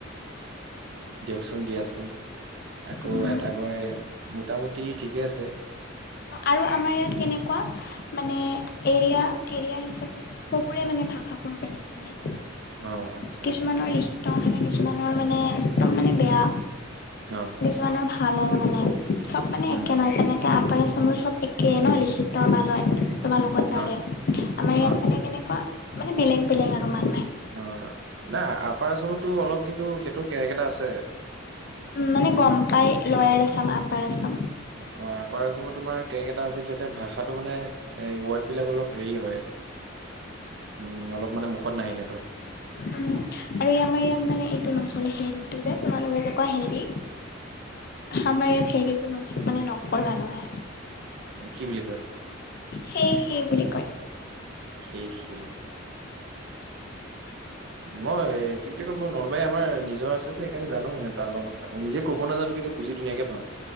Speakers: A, on the right (about 60°); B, on the left (about 50°).
A: দিয়কচোন দিয়াচোন। আকৌ
B: উম
A: এটা কয় মোটামুটি ঠিকে আছে।
B: আৰু আমাৰ ইয়াত কেনেকুৱা মানে এৰিয়া এৰিয়া হিচাপে চবৰে মানে ভাষাবোৰ বেলেগ বেলেগ।
A: অ', আচছা।
B: কিছুমানৰ লিখিত আছে কিছুমানৰ মানে একদম মানে বেয়া।
A: অ
B: কিছুমানৰ ভাল ভাল আৰু মানে চব মানে
A: উম
B: একে নহয় যেনেকে আপৰ আচামৰ মোৰ চব একেই ন লিখিত বালয় তোমালোকৰ
A: অ
B: তাৰে আমাৰ ইয়াত
A: অ
B: মানে কেনেকুৱা মানে বেলেগ বেলেগ আৰু মানু
A: অ', নাই আপাৰ আচামতটো অলপ কিন্তু সেইটো কেৰক এটা আছে।
B: মানে গম পায় লয়াৰ আচাম আপাৰ আচাম।
A: অ', আপাৰাসামত তোমাৰ ক্ৰেক এটা আছে সিহঁতে ভাষাটো মানে এই ৱৰ্ডবিলাক অলপ হেৰি হয়। উম, অলপ মানে মুখত নাহে সিহঁতৰ।
B: উম আৰু আমাৰ ইয়াত মানে এইটো ন'চলে হেৰিটো যে তোমালোকে যে কোৱা হেৰি। আমাৰ ইয়াত হেৰিতো মানে নকয় মানুহে।
A: কি বুলি কয়?
B: সেই সেই বুলি কয়।
A: সেই সেই। মই কি বুলি কম মই নলবাৰী আমাৰ নিজৰ আছে যে সেইকাৰণে জানো মানে তাৰ অলপ ভাষাটো। নিজে ক'ব নাজানো কিন্তু বুজি ধুনীয়াকে পাওঁ।